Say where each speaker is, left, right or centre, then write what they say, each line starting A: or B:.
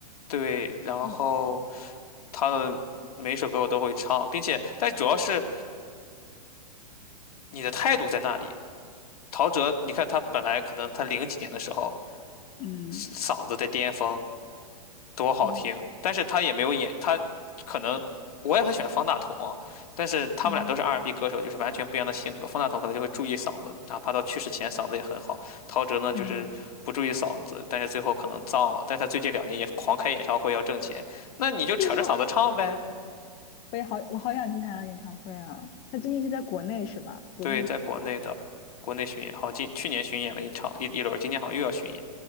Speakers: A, on the left; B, on the left.
A: 对，然后
B: 嗯
A: 他的每首歌我都会唱，并且，但主要是你的态度在那里。陶喆，你看他本来可能他零几年的时候
B: 嗯
A: 嗓子在巅峰，多好听，
B: 嗯
A: 但是他也没有演，他可能我也很喜欢方大同啊，但是他们俩都是
B: 嗯
A: R&B 歌手，就是完全不一样的性格。方大同可能就会注意嗓子，哪怕到去世前嗓子也很好。陶喆呢，
B: 嗯，
A: 就是不注意嗓子，但是最后可能脏了。但是他最近两年也狂开演唱会要挣钱，那你就扯着嗓子唱呗。
B: 对啊，我也好，我好想去他的演唱会啊！他最近是在国内是吧？国内巡演，
A: 对，在国内的国内巡演，好，今去年巡演了一场一一轮，今年好像又要巡演，